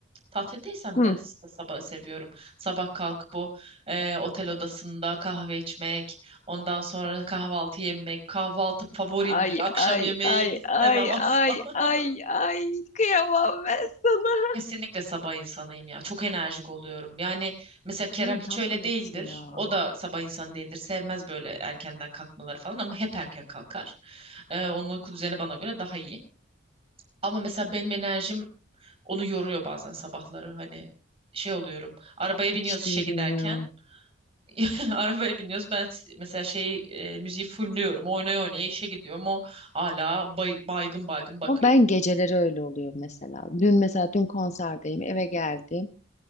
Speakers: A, on the right; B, on the left.
A: Tatildeysem
B: Hı.
A: de s- sabahı seviyorum. Sabah kalkıp bu e, otel odasında kahve içmek, ondan sonra kahvaltı yemek. Kahvaltı favorimdir.
B: Ay
A: Akşam
B: ay
A: yemeği
B: ay
A: istemem
B: ay
A: asla.
B: ay
A: <laughs>
B: ay ay kıyamam ben sana.
A: Kesinlikle sabah insanıyım ya. Çok enerjik oluyorum. Yani mesela Kerem
B: Ben
A: hiç
B: tam
A: öyle
B: tersi
A: değildir.
B: ya.
A: O da sabah insanı değildir. Sevmez böyle erkenden kalkmaları falan ama hep erken kalkar. E, onun uyku düzeni bana göre daha iyi. Ama mesela benim enerjim onu yoruyor bazen sabahları. Hani şey oluyorum. Arabaya
B: Hiç
A: biniyoruz işe
B: değilim
A: giderken.
B: ya.
A: <laughs> Arabaya biniyoruz. Ben s- mesela şey e, müziği fullüyorum. Oynaya oynaya işe gidiyorum. O hala bay- baygın baygın bakıyor.
B: Ama ben geceleri öyle oluyor mesela. Dün mesela dün konserdeyim eve geldim.